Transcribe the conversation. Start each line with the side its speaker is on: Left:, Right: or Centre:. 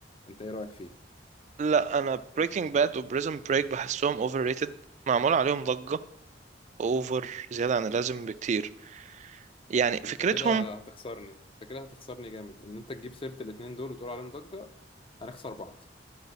Left: انت ايه رأيك فيه
Right: لا انا بريكنج باد وبريزن بريك بحسهم اوفر ريتد معمول عليهم ضجة اوفر زيادة عن اللازم بكتير يعني فكرتهم
Left: انت كده هتخسرني انت كده هتخسرني جامد ان انت تجيب سيرة الاتنين دول وتقول عليهم ضجة هنخسر بعض